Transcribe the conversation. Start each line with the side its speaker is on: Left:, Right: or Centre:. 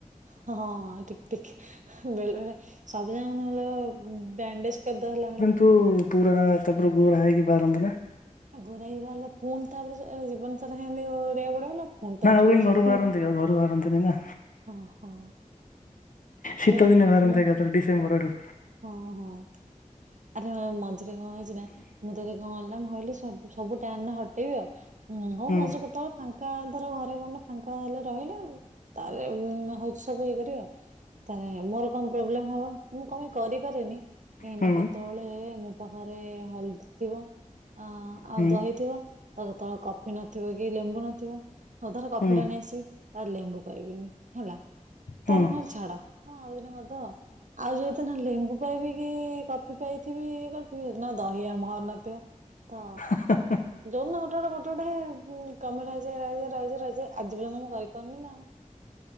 Right: ହଁ ହଁ ଠିକ୍ ଠିକ୍ ବେଳେବେଳେ। ସବୁଜାଙ୍କ ନହେଲେ ବ୍ୟାଣ୍ଡେଜ କରିଦଲା ଭଳିଆ।
Left: ତୁ ପୁରା ତାପରେ ଗୁରା ହେଇକି ବାରମ୍ବାର।
Right: ଗୋରା ହେଇବା ହେଲେ ପୁଣି ତାପରେ ସେ ଜୀବନ ସାରା ହେନ୍ତି କରିବାକୁ ପଡିବ ନା ପୁଣି ତ
Left: ଆଉ
Right: ଯୋଉ।
Left: କାଇଁ <unintelligible> ଘରୁ ବାହାରନ୍ତିନି ନା।
Right: ହଁ ହଁ।
Left: ଶୀତଦିନେ
Right: ତ
Left: ବାହାରନ୍ତେ
Right: ମୁଁ
Left: ଏକାଥରେ ଡିସେମ୍ବରରୁ।
Right: ହଁ ହଁ ହଁ ଆରେ ମଝିରେ କଣ ହେଇଛି ନା। ମୁଁ ଯଦି କଣ ହେଲା ମୁଁ କହିଲି ସବୁ ସବୁଟା ଏଇନା ହଟେଇବି ଆଉ ହଉ
Left: ହୁଁ
Right: ମଝିରେ କେତେବେଳେ ଫା ଙ୍କା ଧର ଘରେ କଣ ଫାଙ୍କା ହେଲେ ରହିଲେ ଆଉ ତାର ହଉଛି ସବୁ ଇଏ କରିବି ଆଉ। ତାହେଲେ ମୋର କଣ ପ୍ରୋବ୍ଲେମ ହବ ମୁଁ କଣପାଇଁ କରିପାରେନି କାହିଁନା
Left: ହୁଁ
Right: କେତବଳେ ମୁଁ। ତା ସାଙ୍ଗରେ ହଳଦୀ ଥିବ ଆଁ।
Left: ହୁଁ
Right: ଆଉ ଦହିଥିବ ତା କେତେବେଳେ କଫି ନଥିବ କି ଲେମ୍ବୁ ନଥିବ। ହଉ ଧର କଫିଟା
Left: ହୁଁ
Right: ନେଇ ଆସିବି ତାପରେ ଲେମ୍ବୁ ପାଇବିନି ହେଲା
Left: ହୁଁ
Right: ତାରେ ନହଲେ ଛାଡ। ହଁ ଆଉ ଦିନ କରିଦବ ଆଉ ଯୋଉଦିନ ଲେମ୍ବୁ ପାଇବି କି କଫି ପାଇଥିବି କରି ଥିବି ହେଦିନ ଦହି ଆମଘର ନଥିବ ତ।
Left: ହେ ହେ।
Right: ଯୋଉଦିନ ଗୋଟେ ଗୋଟେ ଗୋଟେ ଗୋଟେ ହେ କାମରେ ଆସିଯାଏ ରହିଯାଏ ରହିଯାଏ ରହିଯାଏ ଆଜି ପର୍ଯ୍ୟନ୍ତ ମୁଁ କରିପାରୁନି ନା ଆଉ।